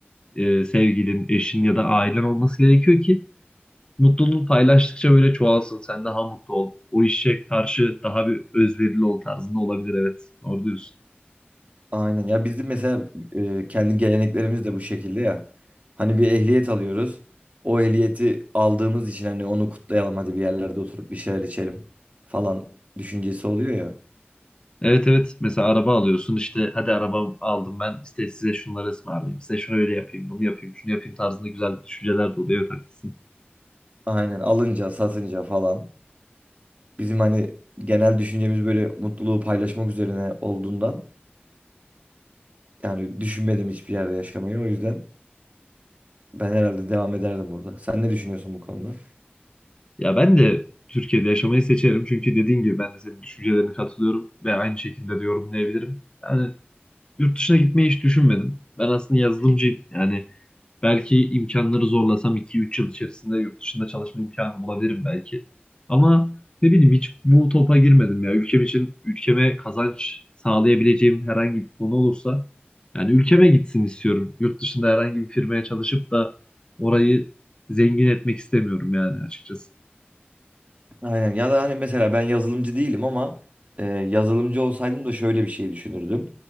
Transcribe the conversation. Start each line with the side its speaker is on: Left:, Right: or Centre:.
Left: e, sevgilin, eşin ya da ailen olması gerekiyor ki mutluluğunu paylaştıkça böyle çoğalsın. Sen daha mutlu ol. O işe karşı daha bir özverili ol tarzında olabilir. Evet, doğru diyorsun.
Right: Aynen ya bizim mesela e, kendi geleneklerimiz de bu şekilde ya. Hani bir ehliyet alıyoruz. O ehliyeti aldığımız için hani onu kutlayalım hadi bir yerlerde oturup bir şeyler içelim falan düşüncesi oluyor ya.
Left: Evet evet mesela araba alıyorsun işte hadi araba aldım ben işte size şunları ısmarlayayım size şunu öyle yapayım bunu yapayım şunu yapayım tarzında güzel düşünceler de oluyor evet haklısın.
Right: Aynen alınca satınca falan. Bizim hani genel düşüncemiz böyle mutluluğu paylaşmak üzerine olduğundan yani düşünmedim hiçbir yerde yaşamayı. O yüzden ben herhalde devam ederdim burada. Sen ne düşünüyorsun bu konuda?
Left: Ya ben de Türkiye'de yaşamayı seçerim çünkü dediğin gibi ben de senin düşüncelerine katılıyorum ve aynı şekilde de yorumlayabilirim. Yani Yurt dışına gitmeyi hiç düşünmedim. Ben aslında yazılımcıyım. Yani belki imkanları zorlasam iki üç yıl içerisinde yurt dışında çalışma imkanı bulabilirim belki. Ama ne bileyim hiç bu topa girmedim ya. Ülkem için ülkeme kazanç sağlayabileceğim herhangi bir konu olursa yani ülkeme gitsin istiyorum. Yurt dışında herhangi bir firmaya çalışıp da orayı zengin etmek istemiyorum yani açıkçası.
Right: Aynen ya da hani mesela ben yazılımcı değilim ama e, yazılımcı olsaydım da şöyle bir şey düşünürdüm.